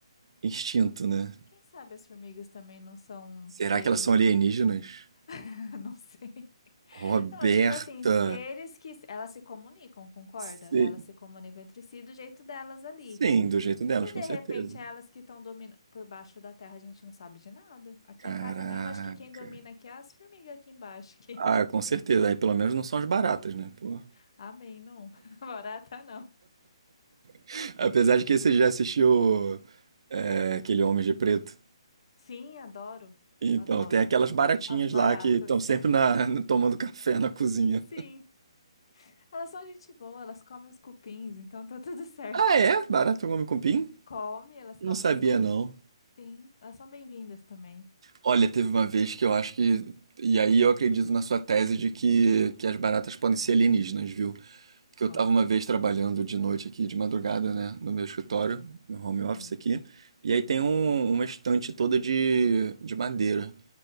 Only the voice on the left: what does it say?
Quem sabe as formigas também não são
seres?
<laughs> Não sei.
Não, Eu digo assim, seres que elas se comunicam, concorda?
Elas se comunicam entre si do jeito delas ali.
E
se
de
repente é elas que estão dominando por baixo da terra, a gente não sabe de nada. Aqui
em casa mesmo, acho que quem domina aqui é as formigas aqui embaixo. Que...
<laughs> Amém, não. <laughs> Barata não.
Sim, adoro.
Adoro.
As baratas.
<laughs>
Sim, elas são gente boa, elas comem os cupins, então tá tudo certo.
Come, elas
comem
os cupins.
Sim, elas são bem-vindas também.
Qual?
Hum.